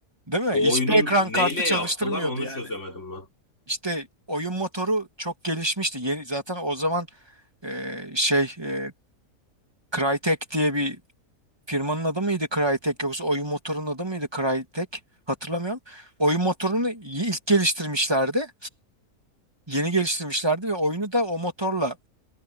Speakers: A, on the right; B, on the left.
A: Değil mi?
B: O
A: Hiçbir
B: oyunun
A: ekran kartı
B: neyle yaptılar
A: çalıştırmıyordu
B: onu
A: yani.
B: çözemedim ben.
A: İşte oyun motoru çok gelişmişti. Yeni, zaten o zaman e, şey e, Crytek diye bir firmanın adı mıydı Crytek yoksa oyun motorunun adı mıydı Crytek? Hatırlamıyorum. Oyun motorunu y- ilk geliştirmişlerdi. Yeni geliştirmişlerdi ve oyunu da o motorla